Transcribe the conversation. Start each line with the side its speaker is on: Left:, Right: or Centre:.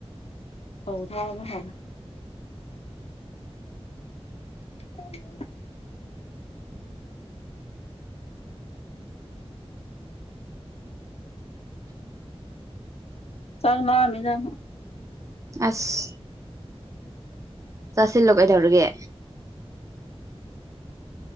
Left: ꯍꯥꯎ ꯊꯅ ꯍꯥꯏꯅ ꯎ <unintelligible> ꯆꯥꯛꯂꯝꯃꯤꯗ
Right: ꯑꯁ ꯆꯥꯁꯤꯜꯂꯣ ꯀꯩꯗꯧꯔꯒꯦ